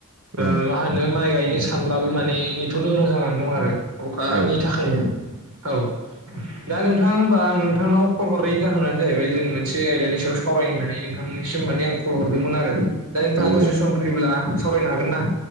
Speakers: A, on the right; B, on the right.
A: ओ
B: औ
A: मा होनो माइ गाय नो सानब्लाबो माने नेथ'नो गोनां जानानै दं आरो। अखानि
B: औ
A: थाखायनो औ। दा नोंथां होनबा आं नोंथांनाव कल हरनायनि जाहोनानो जाहैबाय जों मोनसे आयदानि सायाव सावरायनो होननानै नोंथांनिसिम माने आं कल हरदोंमोन आरो। दा नोंथाङा
B: औ
A: दसे
B: औ
A: सम फ्रिब्ला सावरायनो हागोन ना?